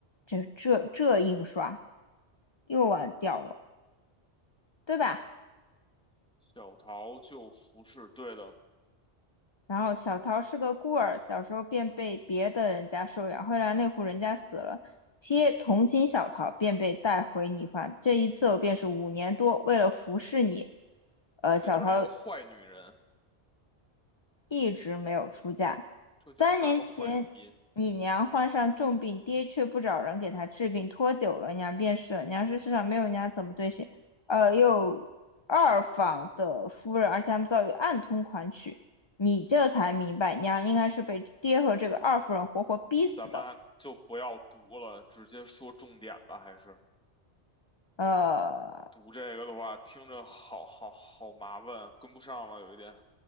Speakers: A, on the left (about 30°); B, in the centre.
A: 这这这印刷又忘掉了，对吧？
B: 小桃就服侍，对的。
A: 然后小桃是个孤儿，小时候便被别的人家收养，后来那户人家死了，贴同情小桃，便被带回你方。这一次候便是五年多，为了服侍你，呃，小桃
B: 这就是那个坏女人，
A: 一直没有出嫁。
B: 这就是那个坏女人。
A: 三年前，你娘患上重病，爹却不找人给她治病，拖久了，娘便是了。娘是世上没有娘怎么对谁，呃，又二房的夫人，而且他们遭遇暗通款曲。你这才明白，娘应该是被爹和这个二夫人活活逼死的。
B: 咱们还就不要读了，直接说重点吧。还是
A: 呃，
B: 读这个的话，听着好好好麻烦，跟不上了有一点。